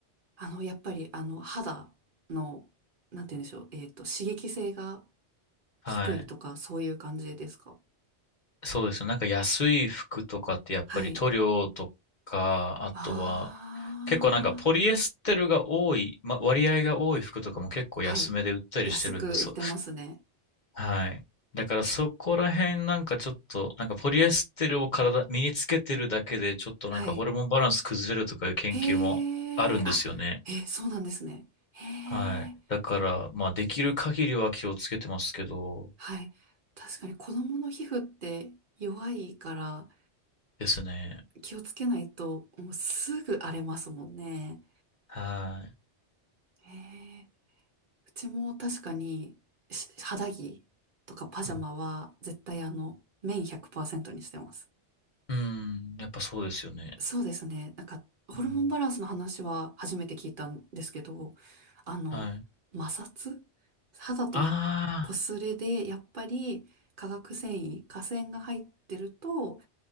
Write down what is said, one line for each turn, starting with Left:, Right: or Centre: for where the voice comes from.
Right: あの、やっぱり、あの、肌の、なんて言うんでしょう。えっと、刺激性が
Left: はい。
Right: 低いとか、そういう感じですか
Left: そうですね。なんか安い服とかってやっぱり塗料とか、
Right: はい。
Left: あとは
Right: ああ、
Left: 結構なんかポリエステルが多い、ま、割合が多い服とかも結構安めで売ったりしてるんです。
Right: はい。安く売ってますね。
Left: はい。だからそこら辺なんかちょっと、なんかポリエステルを体、身につけてるだけでちょっとなんかホルモンバランス崩れるとかいう研究もあるんですよね。
Right: はい。へえ、あ、え、そうなんですね。へえ、
Left: はい。だから、まあできる限りは気をつけてますけど、
Right: はい。確かに子供の皮膚って弱いから、
Left: ですね。
Right: 気をつけないと、もうすぐ荒れますもんね。
Left: はい。
Right: へえうちも確かに、し肌着とかパジャマは絶対あの、
Left: うん。
Right: 綿100%にしてます。
Left: うん。やっぱそうですよね。
Right: そうですね。なんか、ホルモンバランスの話は初めて聞いたんですけど、
Left: うん
Right: あの、
Left: はい。
Right: 摩擦肌との擦れで、
Left: ああ、
Right: やっぱり化学繊維、化繊が入ってると、